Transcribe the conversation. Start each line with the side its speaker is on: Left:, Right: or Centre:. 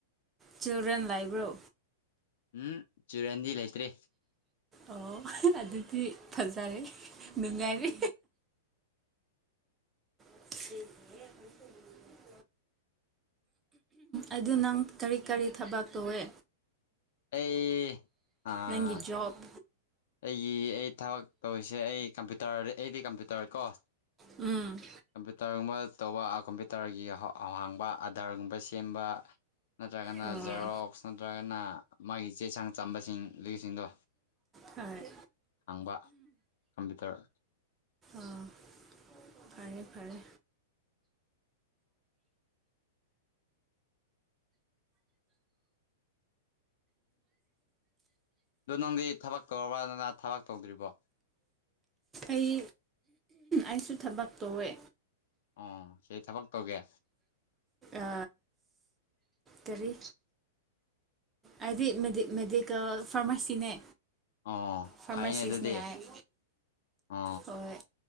Right: ꯆꯤꯜꯗ꯭ꯔꯦꯟ ꯂꯥꯏꯕ꯭ꯔꯣ
Left: ꯎꯝ ꯆꯤꯜꯗ꯭ꯔ‌ꯦꯟꯗꯤ ꯂꯩꯇ꯭ꯔꯦ
Right: ꯑꯣ ꯑꯗꯨꯗꯤ ꯐꯖꯔꯦ ꯅꯨꯡꯉꯥꯏꯔꯦ ꯎꯝ ꯑꯗꯨ ꯅꯪ ꯀꯔꯤ ꯀꯔꯤ ꯊꯕꯛ ꯇꯧꯋꯦ
Left: ꯑꯩ ꯑꯥ
Right: ꯅꯪꯒꯤ ꯖ‌ꯣꯕ
Left: ꯑꯩꯒꯤ ꯑꯩ ꯊꯕꯛ ꯇꯧꯔꯤꯁꯦ ꯑꯩ ꯀꯝꯄ꯭ꯌꯨꯇꯔ ꯑꯩꯗꯤ ꯀꯝꯄ꯭ꯌꯨꯇꯔ ꯀꯣ
Right: ꯎꯝ
Left: ꯀꯝꯄ꯭ꯌꯨꯇꯔꯒꯨꯝꯕ ꯇꯧꯕ ꯀꯝꯄ꯭ꯌꯨꯇꯔꯒꯤ ꯑꯍꯥꯡꯕ ꯑꯗꯔꯒꯨꯝꯕ ꯁꯦꯝꯕ ꯅꯠꯇ꯭ꯔꯒꯅ
Right: ꯑꯣ
Left: ꯖꯦꯔꯣꯛꯁ ꯅꯠꯇ꯭ꯔꯒꯅ ꯃꯥꯒꯤ ꯆꯦꯆꯥꯡ ꯆꯝꯕꯁꯤꯡ ꯑꯗꯨꯒꯤꯁꯤꯡꯗꯣ
Right: ꯐꯔꯦ
Left: ꯍꯥꯡꯕ ꯀꯝꯄ꯭ꯌꯨꯇꯔ
Right: ꯑꯥ ꯐꯔꯦ ꯐꯔꯦ
Left: ꯑꯗꯨ ꯅꯪꯗꯤ ꯊꯕꯛ ꯇꯧꯔꯕ꯭ꯔ ꯅꯅ ꯊꯕꯛ ꯇꯧꯗ꯭ꯔꯤꯕꯣ
Right: ꯑꯩ ꯑꯩꯁꯨ ꯊꯕꯛ ꯇꯧꯋꯦ
Left: ꯑꯣ ꯁꯤ ꯊꯕꯛ ꯇꯧꯒꯦ
Right: ꯑ ꯀꯔꯤ ꯍꯥꯏꯗꯤ ꯃ‌ꯦꯗꯤ ꯃꯦꯗꯤꯀꯦꯜ ꯐꯥꯔꯃꯥꯁꯤꯅꯦ
Left: ꯑ
Right: ꯐꯥꯔꯃꯥꯁꯤꯁꯅꯦ
Left: ꯐꯥꯏꯌ‌ꯦ ꯑꯗꯨꯗꯤ
Right: ꯑꯩ
Left: ꯑ
Right: ꯍꯣꯏ